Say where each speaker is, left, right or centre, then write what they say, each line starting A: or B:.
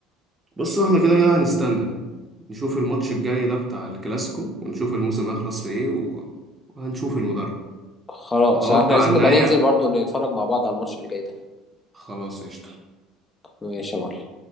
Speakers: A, on the right (about 20°); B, on the left (about 20°).
A: بص احنا كده كده هنستنى نشوف الماتش الجاي ده بتاع الكلاسيكو ونشوف الموسم هيخلص في ايه و- وهنشوف المدرب
B: خلاص
A: اتوقع
B: احنا عايزين
A: ان
B: نبقى
A: هي
B: ننزل برضو نتفرج مع بعض على الماتش اللي جاي ده
A: خلاص قشطة
B: ماشي يا معلم